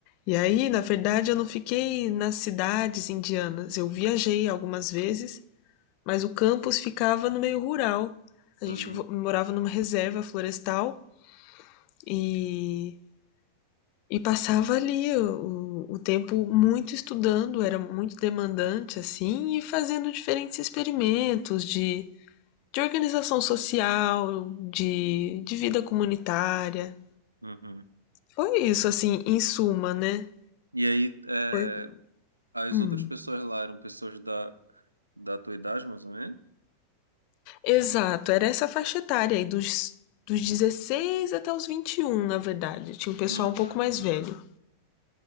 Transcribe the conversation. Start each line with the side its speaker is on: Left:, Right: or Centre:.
Left: E aí, na verdade, eu não fiquei nas cidades indianas. Eu viajei algumas vezes, mas o campus ficava no meio rural. A gente
Right: Uhum,
Left: vo- morava numa reserva florestal e e passava ali o, o tempo muito estudando, era muito demandante, assim, e fazendo diferentes experimentos de, de organização social, de, de vida comunitária.
Right: uhum.
Left: Foi isso, assim, em suma, né?
Right: E aí, é,
Left: Foi.
Right: as
Left: Hum.
Right: outras pessoas lá eram pessoas da, da tua idade, mais ou menos?
Left: Exato, era essa faixa etária aí, dos, dos 16 até os vinte e um na verdade. Tinha um pessoal
Right: Uhum.
Left: um pouco mais velho.